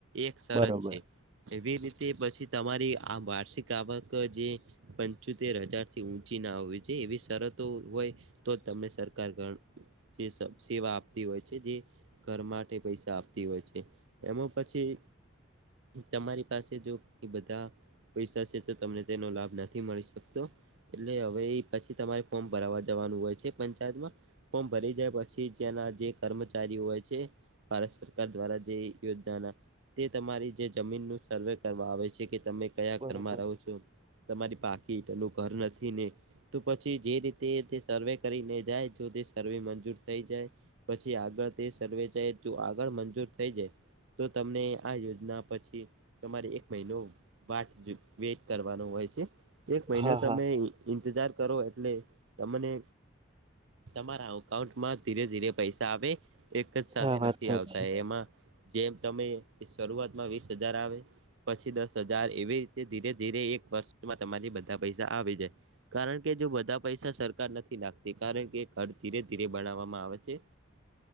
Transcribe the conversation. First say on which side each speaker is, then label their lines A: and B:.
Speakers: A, on the right; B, on the right.
A: એક સરસ
B: બરોબર
A: છે. એવી રીતે પછી તમારી આ વાર્ષિક આવક જે પંચોતેર હજારથી ઊંચીના હોવી જો એવી શરતો હોય. તો તમને સરકાર ગણ જે સેવા આપતી હોય છે જે ઘર માટે પૈસા આપતી હોય છે. એમાં પછી તમારી પાસ જો એ બધાં પૈસા છે તો તમને તેનો લાભ નથી મળી શકતો. એટલે હવે પછી તમારે ફોર્મ ભરવા જવાનું હોય છે પંચાયતમાં. ફોર્મ ભરી જાય પછી જેના જે કર્મચારીઓ હોય છે. ભારત સરકાર દ્વારા જે યોજનાના તે તમારી જે જમીનનું સર્વે કરવા આવે છે કે તમે કયા
B: બરોબર
A: ઘરમાં રહો છો. તમારી પાકી ઈંટોનુ ઘર નથી ને તો પછી જે રીતે સર્વે કરીને જાય જો તે સર્વે મંજૂર થઈ જાય. પછી આગળ તે સર્વેચાય તો આગળ મંજૂર થઈ જાય. તો તમને આ યોજના પછી તમારે એક મહિનો વાટ વેટ કરવાનો હોય છે. એક મહિનો
B: હા
A: તમે
B: હા
A: ઇ ઇંતજાર કરો એટલે તમને તમારા અકાઉન્ટમાં ધીરે ધીરે પૈસા ધાબે એક જ સાથે
B: હા વાત
A: નથી
B: સાચી
A: આવતા એમાં. જેમ તમે શરૂઆતમાં વીસ હજાર આવે. પછી દસ હજાર એવી રીતે ધીરે ધીરે એક વર્ષમાં તમારી બધા પૈસા આવી જાય. કે જો બધા પૈસા સરકાર નથી નાખતી કે. ઘ ધીરે ધીરે બનાવવામાં આવે છે.